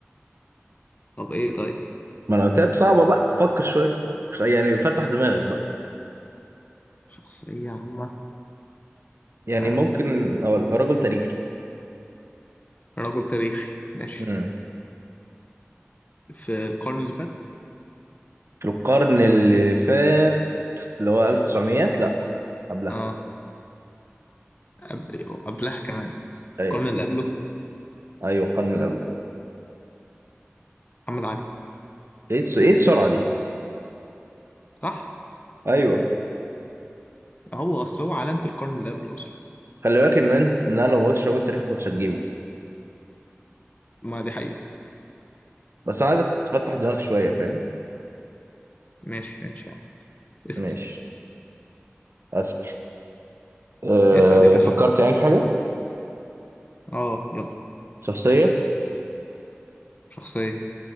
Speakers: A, on the left (about 35°); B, on the right (about 65°).
A: طب ايه طيب
B: ما انا قلت لك صعبه بقى فكر شويه خ- يعني فتح دماغك بقى
A: شخصية عامة
B: يعني
A: آه.
B: ممكن هو رجل تاريخي
A: رجل تاريخي ماشي
B: امم
A: في القرن اللي فات
B: في القرن اللي فات اللي هو 1900 لا قبلها
A: اه قبل- قبلها كمان
B: ايوه
A: القرن اللي قبله
B: ايوه القرن اللي قبله
A: محمد علي
B: ايه الس- ايه السرعه دي
A: صح
B: ايوه
A: هو اصل هو علامة القرن اللي قبله اصلا
B: خلي بالك ان انت ان انا لو ما قلتش رجل تاريخي ما كنتش هتجيبه
A: ما دي حقيقة
B: بس انا عايزك تفتح دماغك شويه فاهم
A: ماشي ماشي يا عم اسأل
B: ماشي اسال أه
A: اسأل يا باشا
B: فكرت يعني في حاجه
A: اه يلا
B: شخصيه
A: شخصية